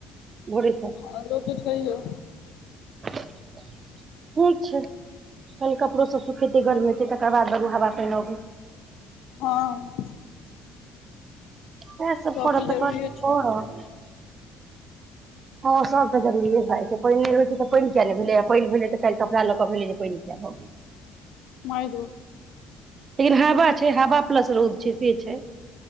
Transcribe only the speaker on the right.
भोरसँ
ह <inaudible> ठीक छै कनि कपड़ो सब सुखेतै गर्मी हेते तकर बाद हवा पाइन अबै
साह सब कर
तऽ
कथि करत
हाँ सब जरूरीए भ जाइ छै पाइन नहि रह छैऽ पाइन किया नहि भेलै आ पानि भेलै तऽ काल कपड़ा लऽ कऽ भेलै जे पानि किया भ गेलय
लेकिन हवा छै हवा प्लस रौद छै से छै